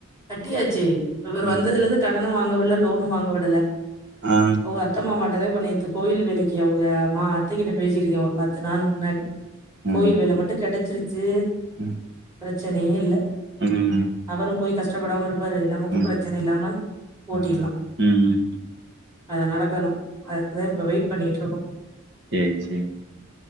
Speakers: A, on the right; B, on the right.
A: கட்டியாச்சு இவர்
B: ம்.
A: வந்ததுல இருந்து கடன வாங்கல விடல லோன் இன்னு வாங்க விடல
B: ஆ.
A: அவுங் அத்தம்மாமா கதை பண்ணித்து கோயில் வேலைக்கு அவுங்க ஆ அத்தைகிட்ட பேசிட்ருக்கெ ஒரு பத்து நாள் முன்னாடி
B: ம்.
A: கோயில் வேல மட்டு கெடச் ச்சிருச்சு
B: ம்.
A: பிரச்சனையே இல்ல
B: ம்.
A: அவரு போய் கஷ் ஷ்டபடாம இருக் து நமக்கு
B: ம்.
A: பிரச்சனை இல்லாம ஓட்டிடலா
B: ம். ம்.
A: அத நடக்கணு அதுக்குதா இப்ப வெயிட் பண்ணிட்டு இருக்கோ
B: செரி செரி